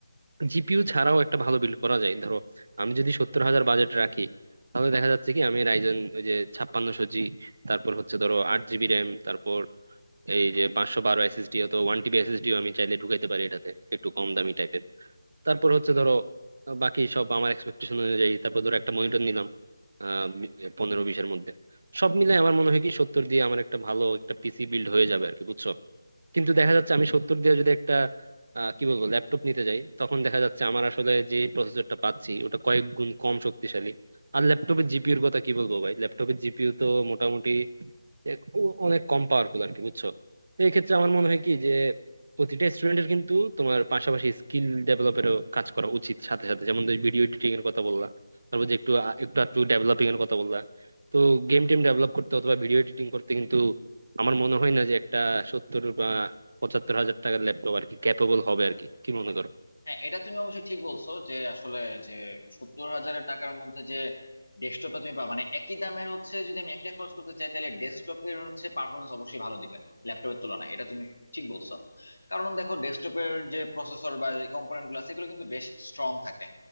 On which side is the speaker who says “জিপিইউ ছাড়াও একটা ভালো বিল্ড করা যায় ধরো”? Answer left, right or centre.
Right